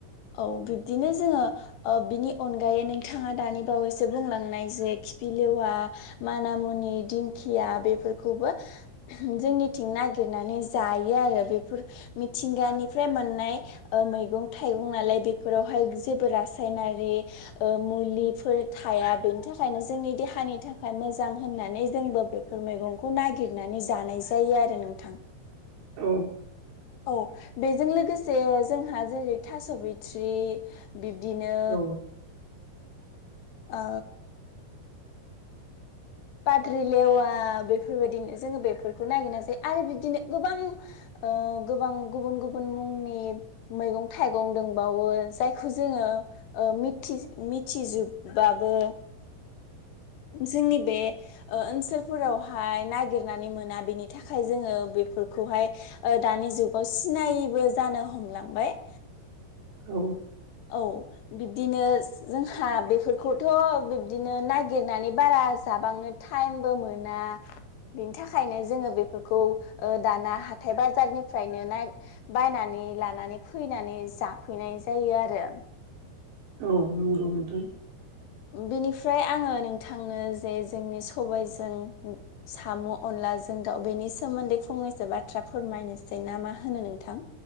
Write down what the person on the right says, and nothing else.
औ।
औ
औ।
औ नंगौ‌ नोंथां।